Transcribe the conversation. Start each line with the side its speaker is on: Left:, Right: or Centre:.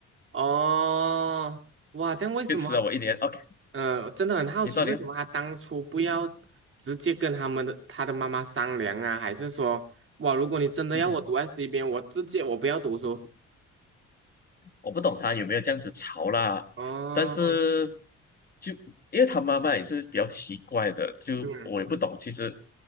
Right: 哦，哇，这样为什么？
Left: 就吃了我一年。OK，
Right: 呃，真的很好奇，
Left: 你说你说，
Right: 为什么他当初不要直接跟他们的他的妈妈商量啊？还是说，哇，如果你真的要我读
Left: 嗯哼。
Right: S 这边，我直接我不要读书。
Left: 我不懂他有没有这样子吵啦，
Right: 哦，
Left: 但是就因为他妈妈也是比较奇怪的，就我也不懂。
Right: 嗯，
Left: 其实，